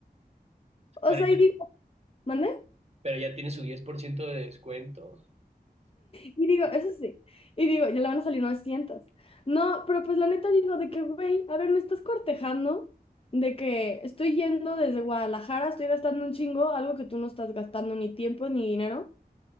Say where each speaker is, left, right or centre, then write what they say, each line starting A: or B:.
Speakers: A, on the left; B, on the right.
A: O
B: pero
A: sea,
B: ya,
A: y digo, ¿mande?
B: pero ya tiene su 10% de descuento.
A: Y digo, eso sí. Y digo, ya le van a salir 900. No, pero pues la neta digo, de que, güey, a ver, me estás cortejando de que estoy yendo desde Guadalajara, estoy gastando un chingo, algo que tú no estás gastando ni tiempo ni dinero.